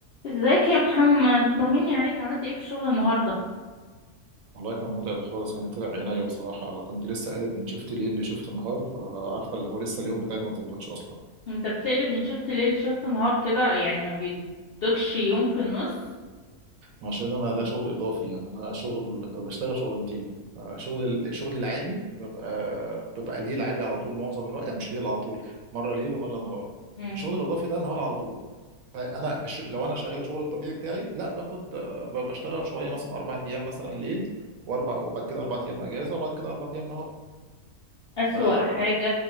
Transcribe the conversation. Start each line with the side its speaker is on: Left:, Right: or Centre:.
Left: ازيك يا محمد طمني عليك عملت ايه في الشغل النهارده
Right: والله كان متعب خالص يعني طلع عينيا بصراحة كنت لسه قالب من شفت ليل لشفت نهار فعارفة اللي هو لسه اليوم بتاعي ما اتظبطش أصلا
Left: انت بتقلب من شفت ليل لشفت نهار كده يعني ما بيدكش يوم في النص
Right: عشان أنا ده شغل إضافي يعني أنا شغل بشتغل شغلانتين آه، شغل ال- شغلي العادي ببقى ببقى ليل عادي على طول معظم الوقت يعني مش ليل على طول مرة ليل ومرة نهار
Left: مم.
Right: الشغل الإضافي ده نهار على طول فأنا بش... لو أنا شغال شغل الطبيعي بتاعي لا باخد آه، ب- بشتغل شوية مثلا أربع أيام مثلا ليل وأربع وبعد كده أربع أيام أجازة وبعد كده أربع أيام
Left: أسوأ
Right: نهار
Left: حاجة